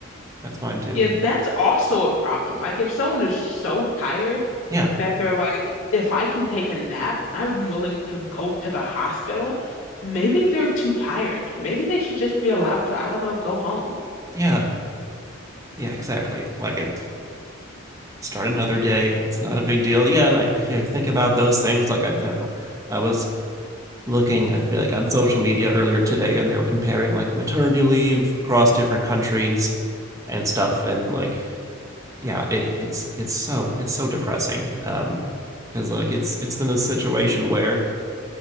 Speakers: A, on the right; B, on the left.
A: That's fine too.
B: Yeah, that's also a problem. Like if someone is so tired
A: Yeah.
B: that they're like, if I can take a nap, I'm willing to go to the hospital. Maybe they're too tired. Maybe they should just be allowed to, I don't know, go home.
A: Yeah. Yeah, exactly. Like it start another day. It's not a big deal. Yeah, and I you know, think about those things like I, I don't know. I was looking I feel like on social media earlier today and they were comparing like maternity leave across different countries and stuff and like yeah, it, it's it's so it's so depressing. Um, because like it's it's in a situation where